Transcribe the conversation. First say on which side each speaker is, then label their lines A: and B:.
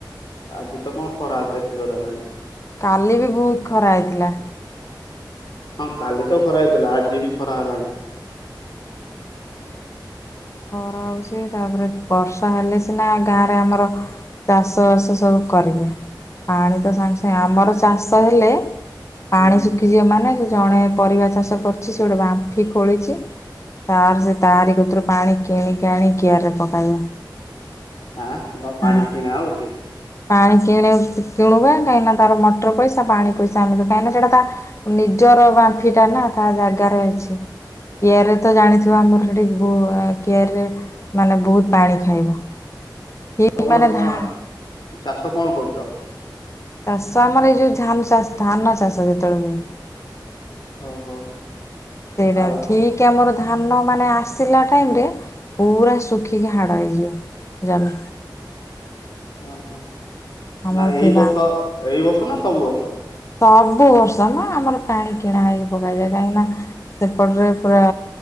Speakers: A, on the left (about 65°); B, on the left (about 40°).
A: ଆଜି ତ କଁ ଖରା ଏତେ ଜୋର ହେଲାଣି।
B: କାଲି ବି ବହୁତ ଖରା ହେଇଥିଲା।
A: ହଁ କାଲି ତ ଖରା ହେଇଥିଲା ଆଜି ବି ଖରା ହେଲାଣି।
B: ଘର ହଉଚି, ତାପରେ ବର୍ଷା ହେଲେ ସିନା ଗାଁରେ ଆମର ଚାଷ ବାସ ସବୁ କରିବେ, ପାଣି ତ ସାଙ୍ଗେ ସାଙ୍ଗେ ଆମର ଚାଷ ହେଲେ -- ପାଣି
A: ହୁଁ
B: ଶୁଖିଛିି ମାନେ ଜଣେ ପରିବା ଚାଷ କରୁଛି, ସେ ଗୋଟେ ବାମ୍ଫି ଖୋଳିଛି। ତାର ସେ ତାରି କତି ରୁ ପାଣି କିଣିକି ଆଣି କିଆରରେ ପକାଯାଏ।
A: ଆଁ ତମ ପାଣି
B: ହୁଁ
A: କିଣା ହଉଚି?
B: ପାଣି କିଣ କିଣୁବା। କାହିଁକି ନା ତାର ମଟର ପଇସା, ପାଣି ପଇସା, ଆମେ କାହିଁକିନା ସେଟା ତା ନିଜର ବାମ୍ଫିଟା ନା, ତା ଜାଗାରେ ଅଛି। କିଆରିରେ ତ ଜାଣିଥିବ? ଆମର ସେଠିକି କିଆରିରେ ମାନେ ବହୁତ ପାଣି ଖାଇବ। ଠିକ
A: ତମର
B: ମାନେ
A: କଣ,
B: ଧା
A: ଚାଷ କଣ କରୁଛ?
B: ଚାଷ ଆମର ଏଇ ଯୋଉ ଧାନ ଚାଷ ଧାନ ଚାଷ ଯେତେବେଳେ ହୁଏ।
A: ଓହୋ।
B: ସେଇଟା
A: ଆଉ
B: ଠିକ୍।
A: ପ
B: କି ଆମର ଧାନ ମାନେ ଆସିଲା ଟାଇମ୍ ରେ ପୁରା ଶୁଖିକି ହାଡ ହେଇଯିବ। ଜମି।
A: ହଁ, ହଁ,
B: ଆମର
A: ନା ଏଇ
B: ସେଇବା
A: ବର୍ଷ ଏଇ ବର୍ଷ ନା ସବୁ ବର୍ଷ?
B: ସବୁ ବର୍ଷ ନା ଆମର ପାଣି କିଣା ହେଇକି ପକାଯାଏ। କାହିଁକି ନା ସେପଟରେ ପୁରା